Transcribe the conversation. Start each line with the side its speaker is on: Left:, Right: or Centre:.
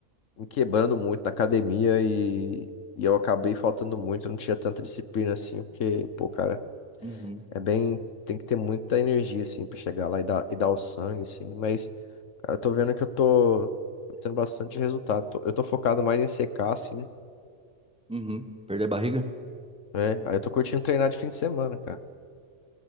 Left: me quebrando muito na academia e, e eu acabei faltando muito, eu não tinha tanta disciplina assim, porque, pô, cara.
Centre: uhum,
Left: É bem. Tem que ter muita energia, assim, pra chegar lá e dar, e dar o sangue, assim. Mas, cara, eu tô vendo que eu tô, tô tendo bastante resultado. Tô- eu tô focado mais em secar, assim.
Centre: uhum. Perder a barriga?
Left: É, aí eu tô curtindo treinar de fim de semana, cara.